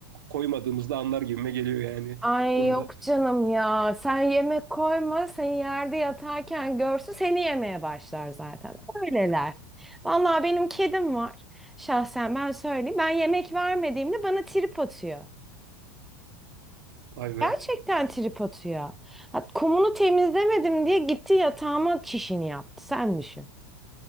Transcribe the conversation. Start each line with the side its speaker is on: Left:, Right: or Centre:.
Right: koymadığımızda anlar gibime geliyor yani
Centre: Ay
Right: <laughs> o konuda.
Centre: yok canım ya. Sen yemek koyma. Seni yerde yatarken görsün. Seni yemeye başlar zaten. Öyleler. Vallahi benim kedim var. Şahsen ben söyleyeyim. Ben yemek vermediğimde bana trip atıyor.
Right: Vay be.
Centre: Gerçekten trip atıyor. Ha, Kumunu temizlemedim diye gitti yatağıma çişini yaptı. Sen düşün.